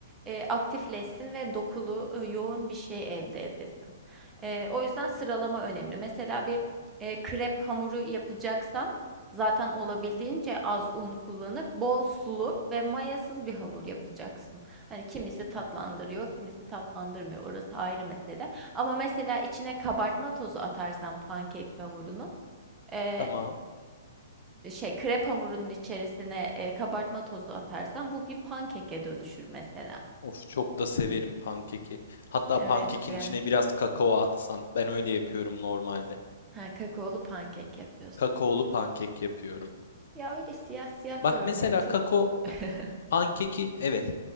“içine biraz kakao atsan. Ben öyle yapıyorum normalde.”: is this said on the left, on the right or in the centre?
Left